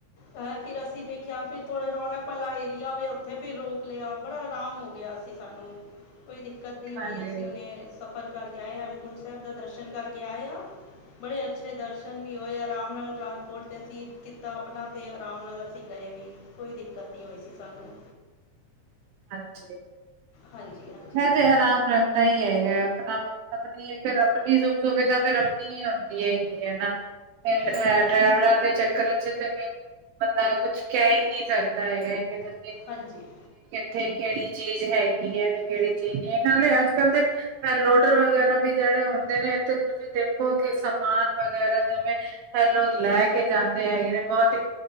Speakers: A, on the left (about 80°); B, on the right (about 80°).
A: ਅ ਫਿਰ ਅਸੀਂ ਦੇਖਿਆ, ਫਿਰ ਥੋੜ੍ਹੇ ਰੌਣਕ ਵਾਲਾ ਏਰੀਆ ਹੋਵੇ, ਉੱਥੇ ਫਿਰ ਰੋਕ ਲਿਆ ਬੜਾ ਆਰਾਮ ਹੋ ਗਿਆ ਅਸੀਂ ਸਾਨੂੰ ਕੋਈ ਦਿੱਕਤ ਨਹੀਂ ਹੋਈ
B: ਹਾਂਜੀ
A: ਅਸੀਂ ਉਹਨੇ ਸਫ਼ਰ ਕਰਕੇ ਆਏ ਆ, ਹੇਮਕੁੰਟ ਸਾਹਿਬ ਦਾ ਦਰਸ਼ਨ ਕਰਕੇ ਆਏ ਆ। ਬੜੇ ਅੱਛੇ ਦਰਸ਼ਨ ਵੀ ਹੋਏ ਆਰਾਮ ਨਾਲ ਪੋਟ ਤੇ ਅਸੀਂ ਕੀਤਾ ਆਪਨਾ ਤੇ ਆਰਾਮ ਨਾਲ ਅਸੀਂ ਗਏ ਵੀ, ਕੋਈ ਦਿੱਕਤ ਨਈ ਹੋਈ ਸੀ ਸਾਨੂੰ।
B: ਹਾਂਜੀ,
A: ਹਾਂਜੀ ਹਾਂਜੀ
B: ਮੈਂ ਤੇ ਆਰਾਮ ਰੈਂਦਾ ਈ ਹੈਗੈ। ਆਪਨਾ, ਮਤਲਬ ਫੇਰ ਆਪਨੀ ਸੁਖ-ਸੁਵਿਧਾ ਫੇਰ ਆਪਨੀ ਹੀ ਹੋਂਦੀ ਹੈਗੀ ਏ ਨਾ। ਫ ਐ
A: ਉਹ ਤਾਂ
B: ਡਰਾਏਵਰਾ
A: ਹੈ
B: ਦੇ ਚੱਕਰਾ ਚ ਤੇ ਫੇਰ ਬੰਦਾ ਕੁਛ ਕੈ ਈ ਨੀ ਸਕਦਾ ਹੈਗੈ ਐ ਕਿ ਤੁਸੀਂ
A: ਹਾਂਜੀ
B: ਇਥੇ ਕੇੜੀ ਚੀਜ ਹੈਗੀ ਏ ਤੇ ਕੇੜੀ ਚੀਜ਼ ਨੀ ਏ, ਨਾਲੇ ਆੱਜ-ਕੱਲ ਦੇ ਲੋਡਰ ਵਗੈਰਾ ਵੀ ਜੇੜੇ ਹੋਂਦੇ ਨੇ, ਏਥੇ ਤੁਸੀਂ ਦੇਖੋ ਕਿ ਸਮਾਨ ਵਗੈਰਾ ਜਿਵੇਂ ਐ ਲੋਕ ਲੈ ਕੇ ਜਾਂਦੇ ਹੈਗੇ ਨੇ ਬੋਤ ਈ